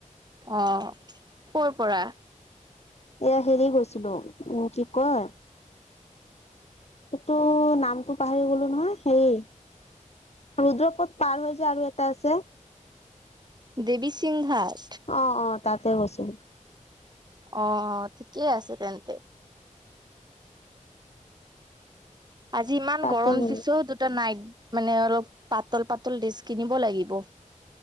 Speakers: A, on the right (about 30°); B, on the left (about 50°).
A: অ, ক'ৰ পৰা?
B: এয়া, হেৰি গৈছিলোঁ। উম, কি কয়? এইটো, নামটো পাহৰি গলোঁ নহয়। সেই- ৰুদ্ৰপথ পাৰ হৈ যে আৰু এটা আছে?
A: দেৱী সিংহাৰ।
B: অ, অ তাতে গৈছিলোঁ।
A: অ, ঠিকেই আছে তেন্তে। আজি ইমান
B: তাতে
A: গৰম
B: গলো
A: দিছে অ দুটা নাইট মানে অলপ পাতল পাতল ড্ৰেছ কিনিব লাগিব।